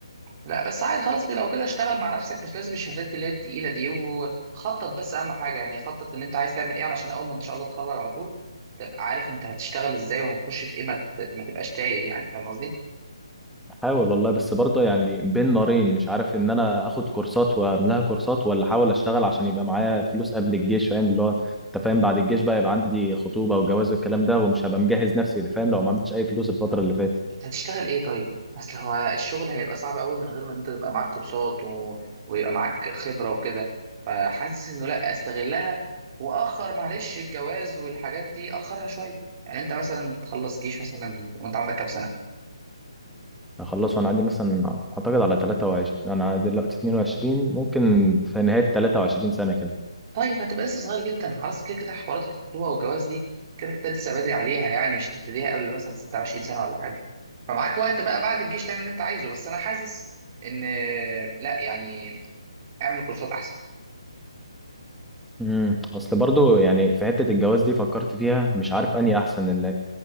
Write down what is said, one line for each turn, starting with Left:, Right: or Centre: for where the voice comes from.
Right: لا بس عادي خلاص لو كده اشتغل مع نفسك مش لازم الشهادات اللي هي التقيلة دي وخطط بس أهم حاجة يعني خطط إن أنت عايز تعمل إيه علشان أول ما إن شاء الله تتخرج على طول تبقى عارف أنت هتشتغل إزاي وهتخش في إيه ما, ت... ما تبقاش تايه يعني فاهم قصدي؟
Centre: حاول والله بس برضه يعني بين نارين مش عارف ان انا اخد كورسات واملاها كورسات ولا احاول اشتغل عشان يبقى معايا فلوس قبل الجيش فاهم اللي هو انت فاهم بعد الجيش بقى يبقى عندي خطوبه وجواز والكلام ده ومش هبقى مجهز نفسي اللي فاهم لو ما عملتش اي فلوس الفتره اللي فاتت
Right: أنت هتشتغل إيه طيب؟ أصل هو الشغل هيبقى صعب أوي من غير ما أنت تبقى معاك كورسات و... ويبقى معاك خبرة وكده فحاسس إنه لا أستغلها وأخر معلش الجواز والحاجات دي أخرها شوية يعني أنت مثلا تخلص جيش مثلا وأنت عندك كام سنة؟
Centre: هخلص وانا عندي مثلا اعتقد على 23 انا دلوقتي 22 ممكن في نهايه 23 سنه كده
Right: طيب هتبقى لسه صغير جدا خلاص كده كده حوارات الخطوبه والجواز دي كده كده لسه بدري عليها يعني مش تبتديها قبل مثلا 26 سنه ولا حاجه فمعاك وقت بقى بعد الجيش تعمل اللي انت عايزه بس انا حاسس ان لا يعني اعمل كورسات احسن
Centre: امم اصل برضو يعني في حته الجواز دي فكرت فيها مش عارف اني احسن ان